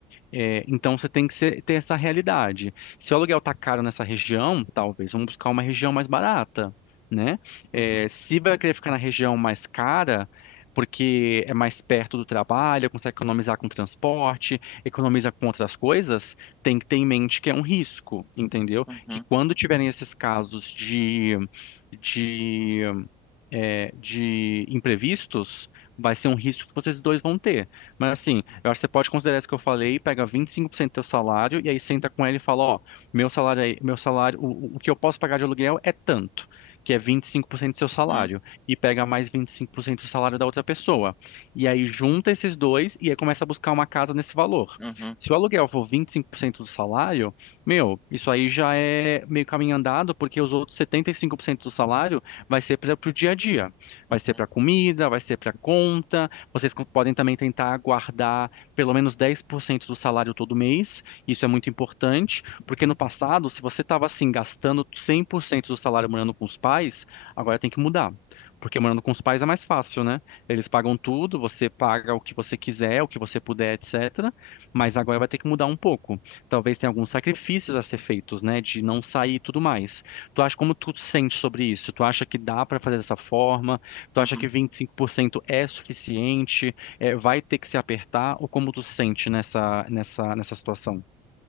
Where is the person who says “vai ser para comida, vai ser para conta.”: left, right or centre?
Left